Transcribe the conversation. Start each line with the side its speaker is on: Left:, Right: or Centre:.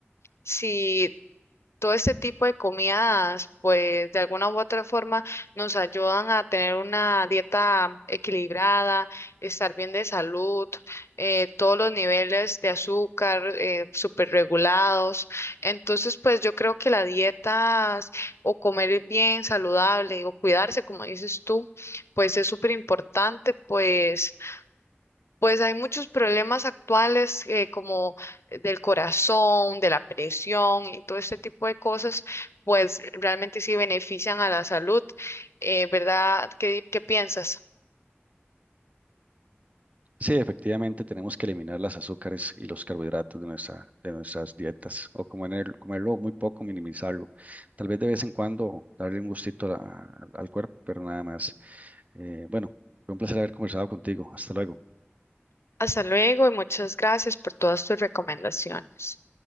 Left: si todo este tipo de comidas, pues de alguna u otra forma nos ayudan a tener una dieta equilibrada, estar bien de salud, eh, todos los niveles de azúcar eh, súper regulados. Entonces, pues yo creo que la dieta o comer bien saludable o cuidarse, como dices tú, pues es súper importante, pues. Pues hay muchos problemas actuales eh, como del corazón, de la presión y todo este tipo de cosas, pues realmente sí benefician a la salud, eh, ¿verdad? ¿Qué, qué piensas?
Right: Sí, efectivamente tenemos que eliminar las azúcares y los carbohidratos de nuestra, de nuestras dietas o comer- comerlo muy poco, minimizarlo. Tal vez de vez en cuando darle un gustito a- al cuerpo, pero nada más. Eh, bueno, fue un placer haber conversado contigo. Hasta luego.
Left: Hasta luego y muchas gracias por todas tus recomendaciones.